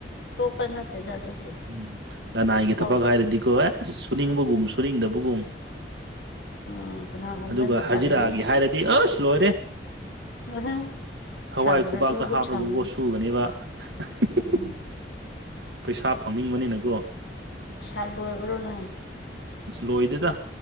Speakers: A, on the left; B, on the right.
A: ꯑꯇꯣꯞꯄ ꯅꯠꯇꯦꯗ ꯑꯗꯨꯗꯤ
B: ꯎꯨ ꯂꯅꯥꯏꯒꯤ
A: ꯀꯣ
B: ꯊꯕꯛ ꯍꯥꯏꯔꯗꯤꯀꯣ ꯑꯦꯁ ꯁꯨꯅꯤꯡꯕꯒꯨꯝ ꯁꯨꯅꯤꯡꯗꯕꯒꯨꯝ
A: ꯎꯝ ꯀꯅꯥꯒꯨꯝꯕꯗꯤ
B: ꯑꯗꯨꯒ ꯍꯖꯤꯔꯥꯒꯤ
A: ꯇꯝꯕ
B: ꯍꯥꯏꯔꯗꯤ ꯑꯁ ꯂꯣꯏꯔꯦ
A: <inaudible>
B: ꯊꯋꯥꯏ
A: ꯁꯪꯗ꯭ꯔꯁꯨ
B: ꯈꯨꯕꯥꯛꯇ
A: ꯑꯗꯨꯝ
B: ꯍꯥꯞꯂꯒꯀꯣ
A: ꯁꯪꯕꯅꯤ
B: ꯁꯨꯒꯅꯤꯕ ꯑꯍꯥ ꯍ
A: ꯎꯝ
B: ꯄꯩꯁꯥ ꯐꯪꯅꯤꯡꯕꯅꯤꯅꯀꯣ
A: ꯁꯜ ꯂꯣꯏꯕ꯭ꯔꯣ ꯅꯪ
B: ꯂꯣꯏꯗꯦꯗ